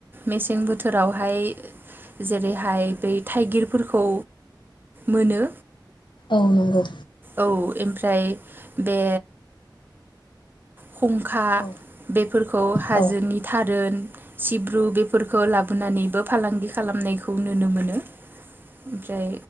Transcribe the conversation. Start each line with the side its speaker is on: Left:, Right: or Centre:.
Right: मेसें बोथोरावहाय जेरैहाय बै थाइगिरफोरखौ मोनो
Left: औ नंगौ
Right: औ ओमफ्राय बे खुंखा
Left: औ
Right: बेफोरखौ हाजोनि
Left: औ
Right: थारोन सिब्रु बेफोरखो लाबोनानैबो फालांगि खालामनायखौ नुनो मोनो ओमफ्राय